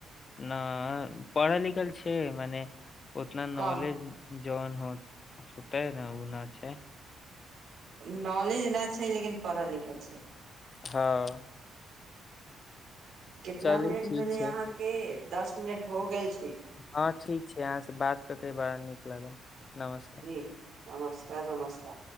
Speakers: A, on the left; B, on the right.
A: न पढ़ल लिखल छै मने ओतना नौलेज
B: कम
A: जन हो होते ने उना छै
B: नॉलेज नहि छै लेकिन पढ़ल लिखल छै
A: हँ
B: केतना
A: चली
B: मिनट
A: ठीक
B: भेलै
A: छै
B: अहाँके दस मिनट हो गेल छी
A: हँ ठीक छै अहाँ सँ बात कऽ के बड़ा नीक लागल नमस्कार
B: जी नमस्कार नमस्कार